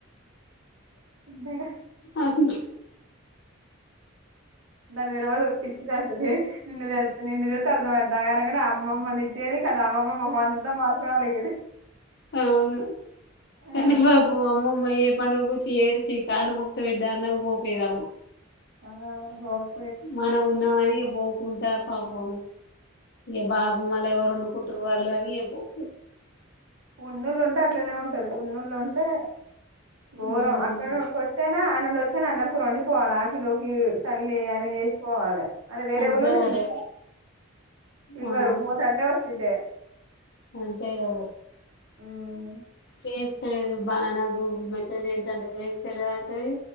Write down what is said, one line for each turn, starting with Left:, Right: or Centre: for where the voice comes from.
Right: అంతేగా
Left: అక
Right: దాని తెల్వదు పిచ్చిదంటది నిన్ను ఎళ్తే నిన్ను జూస్తే అర్థమయిద్ది అల అనగానే అమ్మమ్మ దిట్టేది కాని అమ్మమ్మ మోహం అంతా మాత్రం ఆలగేది
Left: అవును
Right: ఆ
Left: కానీ పాపం అమ్మమ్మ ఏ పండుగ కూర్చి ఏడ్చి కాళ్ళు మొక్కుత బిడ్డ ఒపెరమ్మ
Right: అనావనుకో
Left: మనం ఉన్నా అని పోకుంటా పాపం ఏ బాబు మళ్ళ ఎవరు వండుకుంటారు వాళ్ళు అని ఎపోపె
Right: ఉన్నాళ్ళు ఉంటే అట్లాగే ఉంట్ ఉంటది ఉన్నోళ్ళు ఉంటే ఘోరం
Left: హ్మ్
Right: అక్క కొచ్చ అయిన అన్డొచ్చ్ సరే అన్నం కూర వండి పోవల గినూగీ సర్లే అని ఎస్పోవాలి అదే వేరే
Left: అంతే
Right: వోళ్ళు ఉంటే
Left: మరి
Right: చూడనిస్తార పిల్వరు
Left: ఆ
Right: బోతు అంటే వచ్చిద్దే
Left: అంతే కద
Right: మ్మ్మ్
Left: చేస్తలేదు బాన గోగ్ మెట్టెల్ జేయించు అంటే చేయించ లేదు అంటది